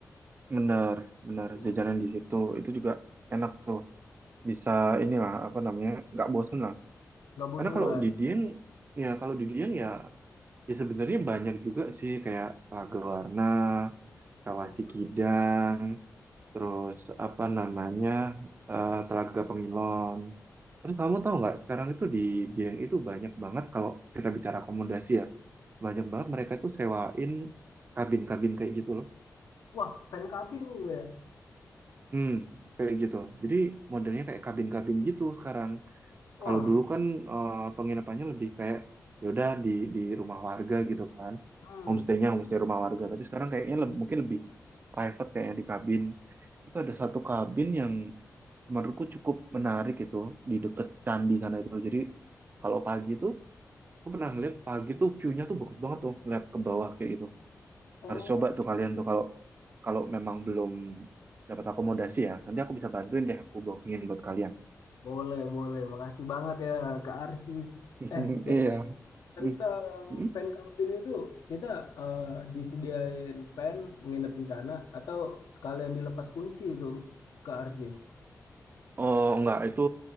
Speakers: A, on the right; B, on the left.
A: Benar, benar.
B: Hmm,
A: Jajanan di situ itu juga enak tuh. Bisa inilah apa namanya? nggak bosen lah.
B: nggak bosan
A: Karena kalau
B: lah.
A: di Dieng ya kalau di Dieng ya ya sebenarnya banyak juga sih kayak Raga Warna, Kawasi
B: Hmm.
A: Kidang, terus apa namanya? eh, Telaga Pengilon. Terus kamu tahu nggak sekarang itu di Dieng itu banyak banget kalau kita bicara akomodasi ya, banyak banget mereka itu sewain kabin-kabin kayak gitu loh.
B: Wah, fan kabin gue ya.
A: Hmm, kayak gitu. Jadi modelnya kayak kabin-kabin gitu sekarang.
B: Wah,
A: Kalau dulu kan eh, penginapannya lebih kayak ya udah di di rumah warga gitu kan.
B: hmm.
A: Homestay-nya homestay rumah warga, tapi sekarang kayaknya leb- mungkin lebih private kayaknya di kabin. Itu ada satu kabin yang menurutku cukup menarik itu di deket candi sana itu. Jadi kalau pagi itu Gue pernah ngeliat pagi tuh view-nya tuh bagus banget tuh ngeliat ke bawah kayak gitu.
B: Oh,
A: Harus coba tuh kalian tuh kalau kalau memang belum dapat akomodasi ya. Nanti aku bisa bantuin deh aku bookingin buat kalian.
B: Boleh, boleh. Makasih banget ya Kak Arsi.
A: <laughs>
B: Eh, BTW
A: Iya.
B: tentang
A: Hmm. Hmm.
B: fan camping itu kita eh, disediain fan nginep di sana atau sekalian dilepas kunci itu Kak Arsi.
A: Oh enggak itu